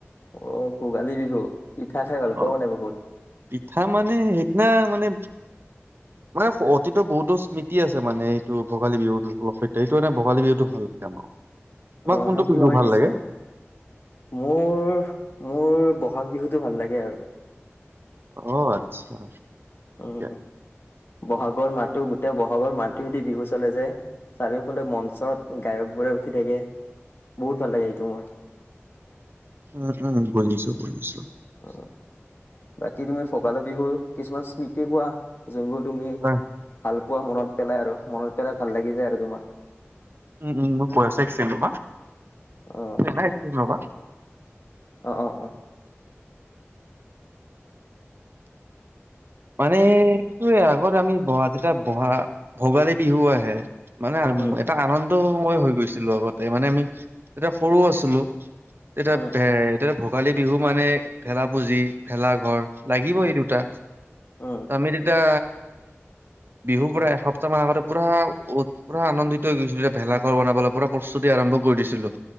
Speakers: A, on the left (about 50°); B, on the right (about 50°).
A: অ' ভোগালী বিহু পিঠা খাই ভাল পাওঁ
B: অ
A: মানে বহুত।
B: পিঠা মানে সেইদিনা মানে।
A: <unintelligible>
B: মানে অতীত বহুতো স্মৃতি আছে মানে, এইটো ভোগালী বিহুত সৈতে এইটো কাৰানে ভোগালী বিহুটো ভাল লাগে আমাৰ। তোমাক
A: অ',
B: কোনটো
A: সেইটো
B: বিহু
A: হয়
B: ভাল
A: পিছে।
B: লাগে?
A: মোৰ, মোৰ বহাগ বিহুতটো ভাল লাগে আৰু।
B: অ', আচ্ছা। ঠিকে
A: উম, বহাগৰ মাহটো গোটেই বহাগৰ মাহটো বিহু চলে যে। চাৰিওফালে মঞ্চত গায়ক বোৰে উঠি থাকে বহুত ভাল লাগে সেইটো মোৰ।
B: উম, উম, বুজিছোঁ, বুজিছোঁ।
A: উম, বাকী তুমি ভোগালী বিহুৰ কিছুমান স্মৃতি কোৱা? যোনবোৰ তুমি
B: হয়,
A: ভাল পোৱা মনত পেলাই আৰু মনত পেলাই ভাল লাগি যায় আৰু তোমাৰ।
B: উম, উম মই কৈ আছোঁ, এক্সেকং ৰবা
A: অ
B: নাই ৰবা।
A: অ', অ', অ'।
B: মানে এইটোয়ে আগত আমি বহা যেতিয়া বহা ভোগালী বিহু আহে। মানে
A: উম
B: এটা আনন্দময় হৈ গৈছিলোঁ আগতে মানে আমি এতিয়া সৰুও আছিলোঁ। এতিয়া
A: উম
B: ভে তেতিয়া ভোগালী বিহু মানে ভেলা পুজি, ভেলা ঘৰ লাগিব এই দুটা।
A: উম।
B: আমি তেতিয়া বিহু পুৰা এসপ্তাহ মান আগতে পুৰা ভু পুৰা আনন্দিত হৈ গৈছিলোঁ যে ভেলাঘৰ বনাবলৈ পুৰা প্ৰস্তুতি আৰম্ভ কৰি দিছিলোঁ।